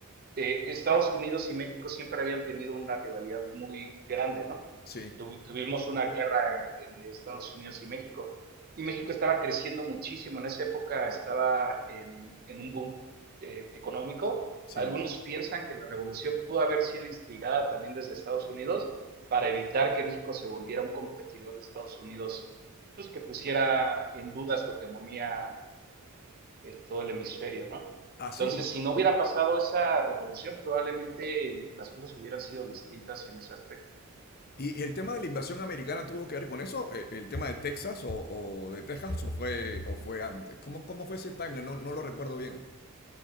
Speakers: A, on the right; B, on the left.
A: eh, Estados Unidos y México siempre habían tenido una rivalidad muy grande, ¿no?
B: Sí,
A: Tu- tuvimos una guerra en Estados Unidos y México. Y México estaba creciendo muchísimo. En esa época estaba en, en un boom eh, económico.
B: sí.
A: Algunos piensan que la revolución pudo haber sido instigada también desde Estados Unidos para evitar que México se volviera un competidor de Estados Unidos, pues que pusiera en duda su hegemonía en todo el hemisferio, ¿no?
B: Ah, sí.
A: Entonces, si no hubiera pasado esa revolución, probablemente las cosas hubieran sido distintas en ese aspecto.
B: ¿Y, ¿Y el tema de la invasión americana tuvo que ver con eso? ¿El, el tema de Texas o, o, de Texas o fue, o fue antes? ¿Cómo, cómo fue ese timeline? No, no lo recuerdo bien.